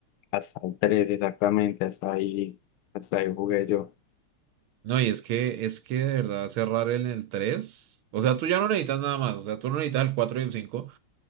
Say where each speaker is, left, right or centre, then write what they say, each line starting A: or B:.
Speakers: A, on the left; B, on the right.
A: Hasta el 3 exactamente, hasta ahí, hasta ahí jugué yo.
B: No, y es que, es que de verdad cerrar en el 3, o sea, tú ya no necesitas nada más, o sea, tú no necesitas el 4 y el cinco,